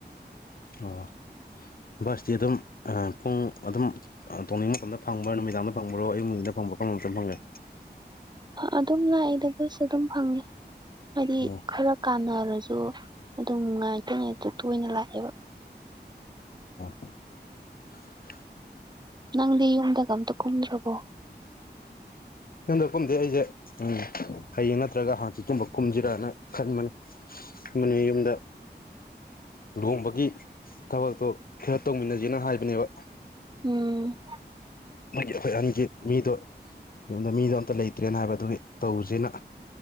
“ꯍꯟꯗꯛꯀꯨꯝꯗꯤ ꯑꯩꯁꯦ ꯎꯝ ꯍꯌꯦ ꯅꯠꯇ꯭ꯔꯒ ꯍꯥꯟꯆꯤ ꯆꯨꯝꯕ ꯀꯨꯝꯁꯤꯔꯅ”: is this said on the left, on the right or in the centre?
Left